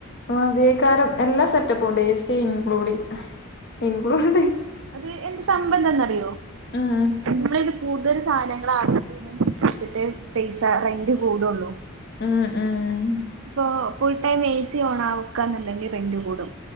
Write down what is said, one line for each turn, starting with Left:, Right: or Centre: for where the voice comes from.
Left: അതേ കാരം എല്ലാ സെറ്റപ്പും ണ്ട് എ സി ഇൻക്ലൂഡിങ് ഇൻക്ലൂഡ്
Right: അത് എന്ത് സംമ്പന്തം എന്ന് അറിയോ
Left: ഉം
Right: നമ്മളിത് കൂടുതൽ സാധനങ്ങൾ <unintelligible> പൈസ റെന്റ് കൂടുള്ളൂ
Left: ആഹ് ആഹ്
Right: ഇപ്പൊ full time A C on ആവക്കാന്നല്ലെങ്കിൽ റെന്റ് കൂടും